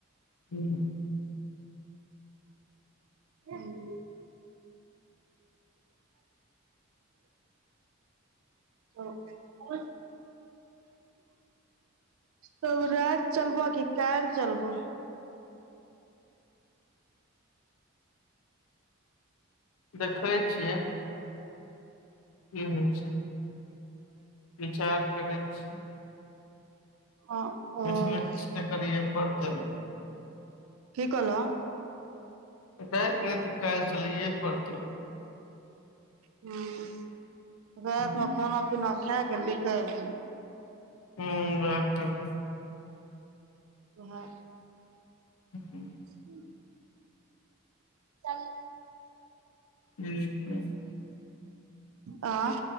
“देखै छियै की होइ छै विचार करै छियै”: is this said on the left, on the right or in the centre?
Left